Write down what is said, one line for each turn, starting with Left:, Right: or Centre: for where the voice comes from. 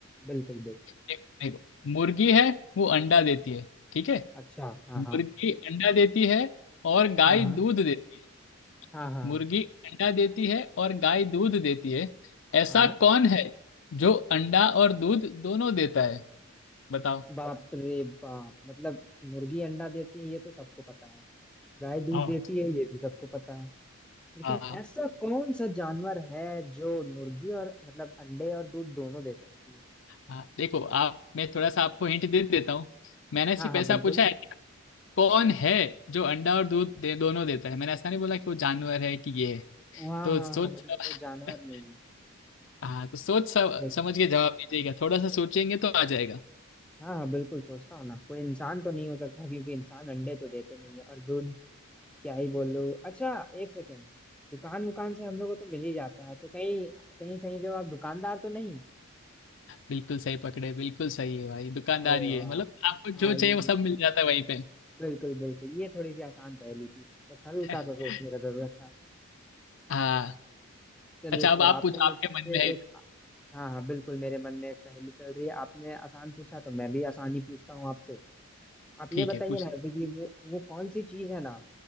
Centre: बिल्कुल बिल्कुल
Left: देख- देखो मुर्गी है वो अंडा देती है ठीक है
Centre: अच्छा हाँ
Left: मुर्गी
Centre: हाँ
Left: अंडा देती है और गाय
Centre: हाँ हाँ
Left: दूध देती है
Centre: हाँ हाँ
Left: मुर्गी अंडा देती है और गाय दूध देती है ऐसा
Centre: हाँ
Left: कौन है जो अंडा और दूध दोनों देता है बताओ
Centre: बाप रे बाप मतलब मुर्गी अंडा देती है ये तो सबको पता है गाय दूध
Left: हाँ
Centre: देती है ये भी सबको पता लेकिन
Left: हाँ
Centre: ऐसा कौन सा जानवर है जो मुर्गी और मतलब अंडे और दूध दोनों दे सकती है
Left: हाँ देखो आप मैं थोड़ा सा आपको हिंट दे देता हूँ मैंने सिर्फ
Centre: हाँ हाँ
Left: ऐसा
Centre: बिल्कुल
Left: पूछा है कि कौन है जो अंडा और दूध दे, दोनों देता है मैंने ऐसा नहीं बोला कि वो जानवर है कि ये है
Centre: हाँ
Left: तो
Centre: हाँ
Left: सोच
Centre: हाँ मतलब वो जानवर
Left: <laughs>
Centre: नहीं है
Left: हाँ तो सोच स-
Centre: देख
Left: समझ के जवाब दीजिएगा थोड़ा सा सोचेंगे तो आ जाएगा
Centre: हाँ हाँ बिल्कुल सोचता हूँ ना कोई इंसान तो नहीं हो सकता क्योंकि इंसान अंडे तो देते नहीं है और दूध क्या ही बोलूँ अच्छा एक सेकेंड दुकान वुकान से हम लोगों को तो मिल ही जाता है तो कहीं कहीं सही जो आप दुकानदार तो नहीं
Left: बिल्कुल सही पकड़े बिल्कुल सही है भाई दुकानदारी
Centre: अरे वाह
Left: है मतलब आपको जो
Centre: हाँ
Left: चाहिए
Centre: ये
Left: वो सब मिल जाता है वहीं पे
Centre: बिल्कुल बिल्कुल ये थोड़ी सी आसान पहेली थी बस हल्का
Left: <laughs>
Centre: सा सोचने का जरूरत था
Left: हाँ
Centre: चलिए
Left: अच्छा अब
Centre: फिर
Left: आप
Centre: आपने
Left: पूछ
Centre: मुझसे
Left: आपके मन में है
Centre: एक हाँ हाँ बिल्कुल मेरे मन में एक पहेली चल रही है आपने आसान पूछा तो मैं भी आसान ही पूछता हूँ आपसे आप
Left: ठीक
Centre: ये बताइए
Left: है पूछ
Centre: ना अभी कि वो वो कौन सी चीज है ना